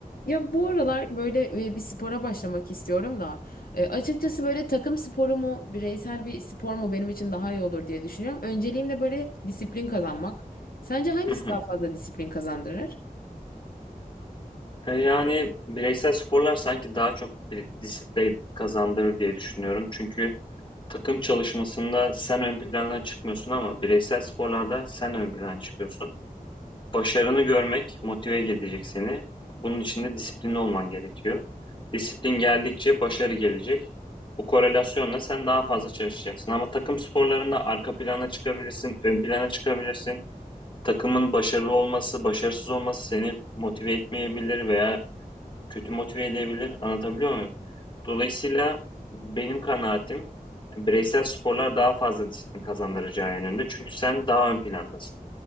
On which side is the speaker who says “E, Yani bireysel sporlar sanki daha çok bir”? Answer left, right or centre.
Left